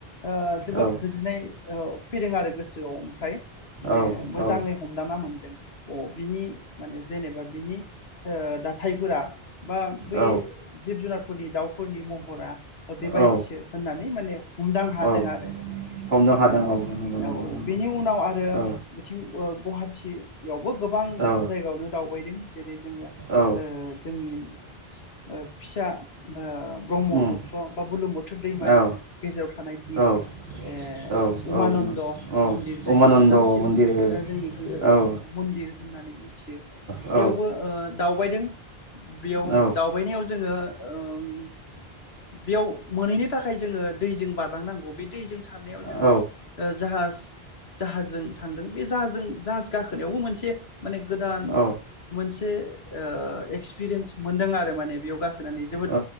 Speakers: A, on the left (about 80°); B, on the right (about 75°).
A: ओ जोबोद
B: औ
A: गोजोननाय ओ फैदों आरो गोसोआव ओमफ्राय। माने
B: औ-औ।
A: मोजाङै हमदांना मोनदों। अ बिनि माने जेनेबा बिनि ओ दा थायफोरा बा बै
B: औ
A: जिब जुनार फोरनि दाउफोरनि महरा ओ बेबायदिसो
B: औ
A: होननानै माने हमदां हादों
B: औ
A: आरो
B: हमनो हादों
A: औ-औ
B: औ नंगौ नंगौ नंगौ
A: बेनि उनाव आरो
B: औ
A: ओ गुहाटियाव। बो गोबां
B: औ
A: जायगायावनो दावबायदों। जेरै जोङो ओ
B: औ
A: जोंनि ओ फिसा बा ब्रह्मपुत्र
B: उम
A: बा बुरलुंबुथुर दैमानि
B: औ
A: गेजेराव थानाय दिप
B: औ
A: ओ
B: औ
A: उमानन्द
B: औ औ
A: मन्दिर जायखौ
B: उमानन्द
A: गोजामसिन
B: मन्दिर
A: ओ जोंनि गो
B: औ औ
A: मन्दिर होननानै मिथियो
B: औ
A: बेयावबो ओ दावबायदों बेयाव
B: औ
A: दावबायनायाव जोङो ओ उम बेयाव मोनहैनो थाखाय जोङो दैजों बारलांनांगौ बे दैजों थानायाव जोङो
B: औ
A: ओ जाहाज जाहाजजों थांदों। जों जाहाज गाखोनायावबो मोनसे माने गोदान
B: औ
A: मोनसे ओ एक्सपिरियेन्स मोनदों आरो। ओमफ्राय माने बेयाव गाखो होनानै जोबोद
B: औ